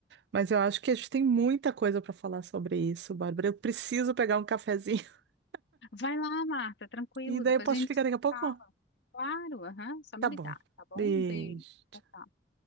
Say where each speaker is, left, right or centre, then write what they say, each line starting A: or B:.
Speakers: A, on the right (about 70°); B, on the left (about 80°).
A: Mas eu acho que a gente tem muita coisa para falar sobre isso, Bárbara. Eu preciso pegar um cafezinho. <laughs>
B: Vai lá, Marta, tranquilo,
A: E daí
B: depois
A: eu posso
B: a gente
A: te ligar daqui a pouco?
B: fala. Claro, aham, só me
A: Tá
B: ligar,
A: bom.
B: tá bom?
A: Beijo.
B: Um beijo. Tchau, tchau.